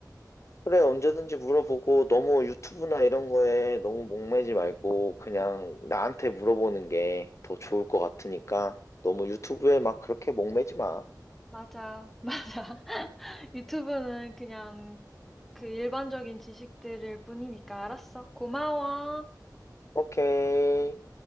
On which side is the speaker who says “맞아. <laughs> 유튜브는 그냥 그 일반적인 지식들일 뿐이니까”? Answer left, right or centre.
Centre